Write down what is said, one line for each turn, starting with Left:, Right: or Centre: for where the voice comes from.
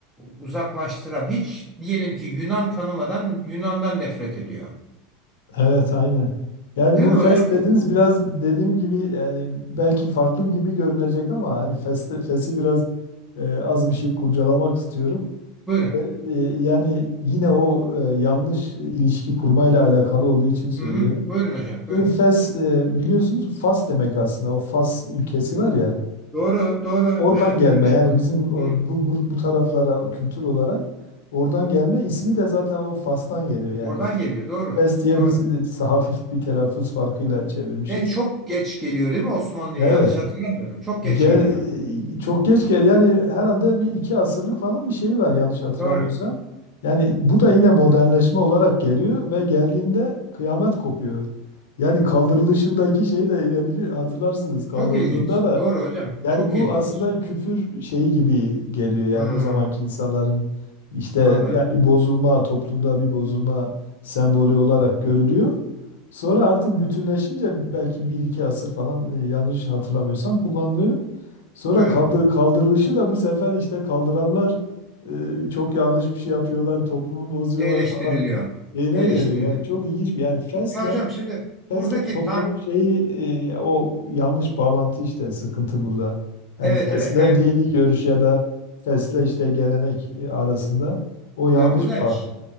Centre: uzaklaştıran hiç diyelim ki Yunan tanımadan Yunan'dan nefret ediyor.
Left: Evet, aynen. Yani
Centre: Değil
Left: bu
Centre: mi
Left: fes
Centre: hocam?
Left: dediniz biraz dediğim gibi yani belki farklı gibi görünecek ama hani festi, fesi biraz e, az bir şey kurcalamak istiyorum.
Centre: Buyurun.
Left: E, e, yani yine o e, yanlış ilişki kurmayla alakalı olduğu için söylüyorum.
Centre: Hı hı. Buyurun hocam. Buyurun.
Left: Şimdi fes e, biliyorsunuz Fas demek aslında o Fas ülkesi var ya
Centre: Doğru, doğru.
Left: oradan
Centre: Evet,
Left: gelme
Centre: duymuştum
Left: yani
Centre: onu.
Left: bizim o,
Centre: Hı.
Left: bu, bu, bu taraflara kültür olarak oradan gelme ismi de zaten o Fas'tan geliyor yani
Centre: Oradan geliyor. Doğru.
Left: Pes diye
Centre: Doğru.
Left: biz e, hafif bir telaffuz farkıyla çevirmişiz.
Centre: Ve çok geç geliyor değil mi Osmanlı'ya?
Left: Evet.
Centre: Yanlış hatırlamıyorum. Çok geç
Left: Gel,
Centre: geliyor.
Left: e, çok geç gel. Yani herhalde bir iki asırlık falan bir şey var yanlış hatırlamıyorsam.
Centre: Doğru.
Left: Yani bu da yine modernleşme olarak geliyor ve geldiğinde kıyamet kopuyor. Yani kaldırılışındaki şeyi de yine bili- hatırlarsınız. Kaldırıldığında
Centre: Çok ilginç.
Left: da
Centre: Doğru hocam.
Left: yani
Centre: Çok
Left: bu
Centre: ilginç.
Left: aslında küfür şeyi gibi geliyor yani
Centre: Hmm,
Left: o zamanki insanların işte
Centre: anladım.
Left: yani bir bozulma toplumda bir bozulma sembolü olarak görülüyor. Sonra artık bütünleşince belki bir iki asır falan e, yanlış hatırlamıyorsam kullanılıyor. Sonra
Centre: Evet.
Left: kaldır, kaldırılışı da bu sefer işte kaldıranlar e, çok yanlış bir şey yapıyorlar, toplumu bozuyorlar
Centre: Eleştiriliyor.
Left: falan şeyine
Centre: Eleştiriliyor.
Left: geliyor. Yani çok ilginç bir yani fesle
Centre: Ya hocam şimdi
Left: Fesle
Centre: buradaki
Left: toplumun
Centre: tar
Left: şeyi e, o yanlış bağlantı işte sıkıntı burada. Yani
Centre: evet
Left: fesle
Centre: evet yani
Left: dini görüş ya da fesle işte gelenek e, arasında o yanlış
Centre: ya bu da
Left: bağ.
Centre: ş-